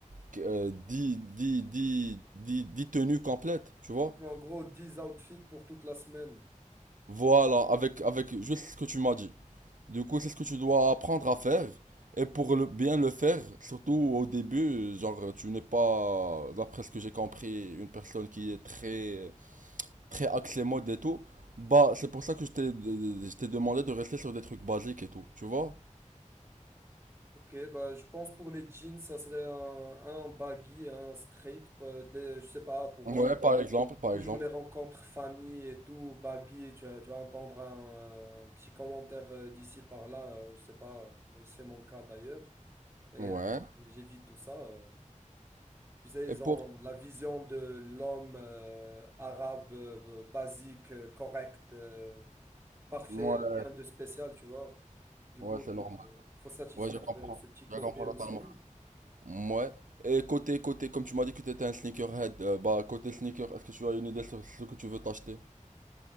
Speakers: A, on the right; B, on the right.
A: que- euh, 10 10, 10, 10 10 tenues complètes, tu vois.
B: En gros, 10 outfits pour toute la semaine.
A: Voilà, avec, avec juste ce que tu m'as dit. Du coup, c'est ce que tu dois apprendre à faire. Et pour le, bien le faire, surtout au début, genre, tu n'es pas, d'après ce que j'ai compris, une personne qui est très, très axée mode et tout. Bah, c'est pour ça que je t'ai, je t'ai demandé de rester sur des trucs basiques et tout, tu vois?
B: Ok, bah, je pense pour les jeans, ça serait un, un baggy, un straight. euh, des- je sais pas, pour
A: Ouais,
B: moi, c'est
A: par exemple, par
B: toujours
A: exemple.
B: les rencontres famille et tout, baggy. Tu vas, tu vas entendre un, un petit commentaire euh, d'ici par là, euh, je sais pas, mais c'est mon cas d'ailleurs. Et euh,
A: Ouais.
B: j'évite tout ça. euh. Tu sais,
A: Et
B: ils
A: pour,
B: ont la vision de l'homme euh, arabe, euh, basique, euh, correct, euh, parfait,
A: ouais,
B: rien de spécial, tu vois. Du
A: ouais,
B: coup,
A: c'est normal.
B: euh, faut satisfaire
A: Ouais, je comprends.
B: ce ce petit côté
A: Je comprends
B: aussi.
A: totalement. Ouais. Et côté, côté, comme tu m'as dit que tu étais un sneakerhead, euh, bah côté sneaker, est-ce que tu as une idée sur ce que tu veux t'acheter?